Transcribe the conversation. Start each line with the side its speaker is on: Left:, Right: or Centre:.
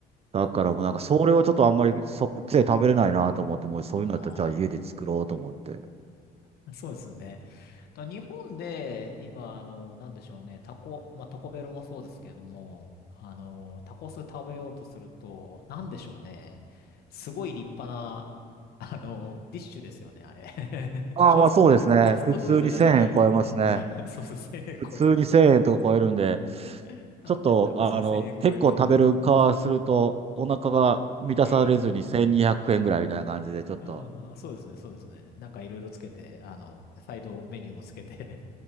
Right: だからもうなんかそれをちょっとあんまりそっちで食べれないなと思って、
Left: そう。
Right: もうそういうのだったらじゃあ家で作ろうと思って。
Left: ああ、<laughs> そうですね。だ日本で、今、あの、なんでしょうね、タコ、まあ、タコベルもそうですけども、あの、タコス食べようとすると、なんでしょうね、すごい立派な、<laughs> あの、ディッシュですよね、あれ。<laughs>
Right: ああ、
Left: ファスト、
Right: まあそうですね。
Left: ファストフードじゃないよな、
Right: 普通に1000円超えますね。
Left: みたいな。<laughs> そうそう、1000円超えるって。
Right: 普通に1000円とか超えるんで、
Left: <laughs> なんでタコス1000円超えるんだって。
Right: ちょっと、あの、結構食べる側すると、お腹が満たされずに1200円ぐらいみたいな感じで、
Left: ええ
Right: ちょっと、
Left: あ、まあまあ、そうですね、そうですね。なんかいろいろつけて、あの、サイドメニューもつけて